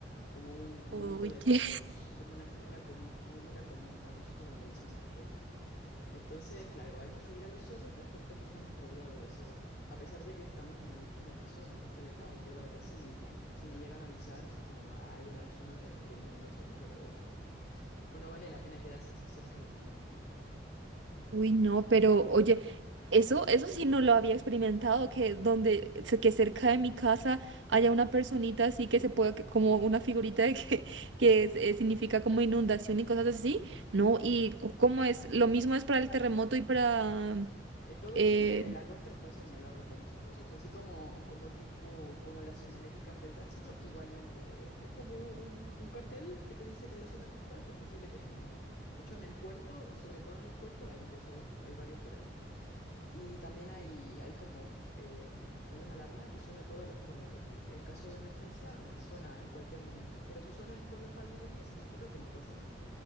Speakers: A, on the left (about 55°); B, on the right (about 85°).
A: como un, un
B: Oye,
A: monito de palos, como una, fi- una, comi- como una comiguita, no sé cómo le dicen en tu país. Entonces, claro, hay que subir a los cerros y por suerte aquí estamos rodeados de cerros. A pesar de que estamos en el último piso en este depa, y yo la verdad sí me iría, ¿no? Si me llegan a avisar, así como hay en la zona de, de inundación, yo me voy, ¿no? Bueno, vale la pena quedarse tan cerca del mar, ¿no?
B: Uy, no, pero oye, eso, eso sí no lo había experimentado, que donde, se- que cerca de mi casa haya una personita así que se pueda, que- como una figurita de que, <laughs> que es- eh, significa como inundación y cosas así,
A: Ujú.
B: ¿no? Y cu- como es, lo mismo es para el terremoto y para,
A: En todo
B: eh,
A: Chile, la costa está señalado con esos cosas, así como, como tipo, como las señaléticas del tránsito, igualmente. Es, es como un, un un cartel que te dice que en la zona que estás es posible que se inunde. De hecho, en el puerto, sobre todo en el puerto, hay de esos, hay varios por ahí. Y también hay, hay como f- em, hay una alarma que suena todos los jueves aquí. En caso de emergencia, eh, suena en cualquier momento. Pero si suena el jueves al mediodía, significa que no pasa nada.